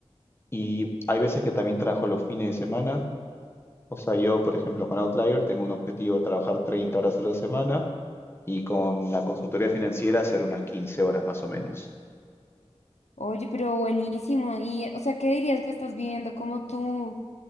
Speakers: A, on the left; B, on the left.
A: Y hay veces que también trabajo los fines de semana. O sea, yo, por ejemplo, con Outlier tengo un objetivo de trabajar 30 horas a la semana y con la consultoría financiera hacer unas quince horas más o menos.
B: Oye, pero buenísimo. Y, o sea, ¿qué dirías que estás viviendo como tu,